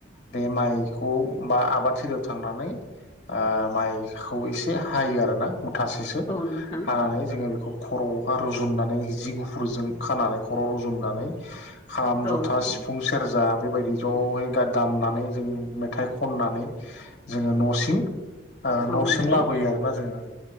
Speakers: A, on the left; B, on the left.
A: बे माइखौ बा आबाद थलियाव थांनानै ओ माइखौ एसे हायो आरोना मुथासेसो
B: औ नोंथां
A: हानानै जोङो बेखौ खर'आवहा रुजुननानै जि गुफुरजों खानानै खर'आव रुजुननानै खाम
B: औ
A: जथा
B: नोंथां
A: सिफुं सेरजा बेबायदि ज'है दामनानै जों मेथाइ खननानै जोङो न'सिम न'सिम
B: औ नोंथां
A: लाबोयो आरोना जोङो